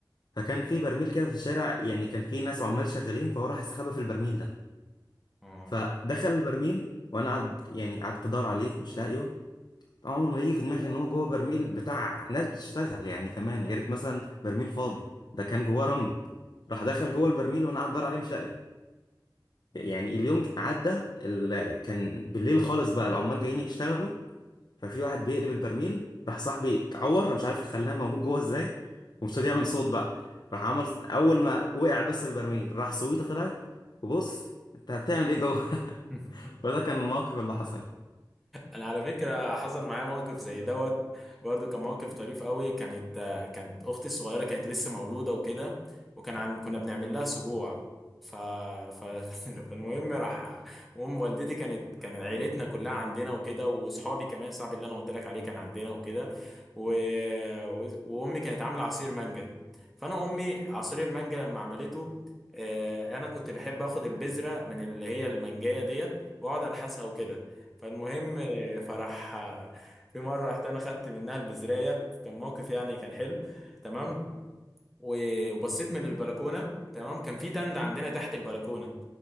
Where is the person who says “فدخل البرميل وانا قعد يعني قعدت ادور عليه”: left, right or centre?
Left